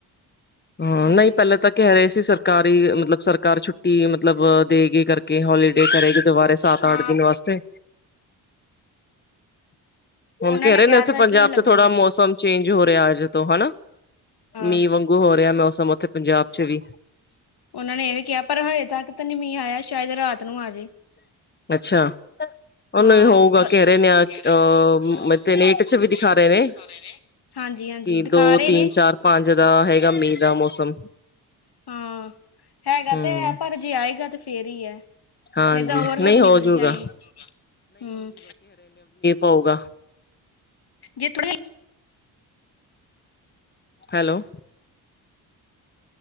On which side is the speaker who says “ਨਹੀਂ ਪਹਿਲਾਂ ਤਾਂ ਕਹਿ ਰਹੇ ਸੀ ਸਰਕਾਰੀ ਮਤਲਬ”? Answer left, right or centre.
Left